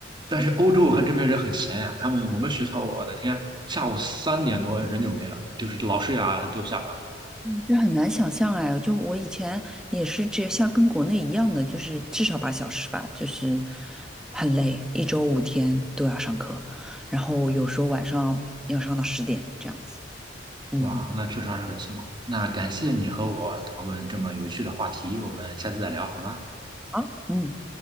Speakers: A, on the right; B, in the centre.
A: 但是欧洲我看这边人很闲呀，他们我们学校，我的天，下午三点多人就没了，就是老师呀都下班了。
B: 这很难想象哎，就我以前也是这像跟国内一样的，就是至少八小时吧，就是很累，一周五天都要上课，然后有时候晚上要上到十点这样子。嗯，
A: 哇，那确实还是很辛苦。那感谢你和我讨论这么有趣的话题，我们下次再聊好吗？
B: 啊，嗯。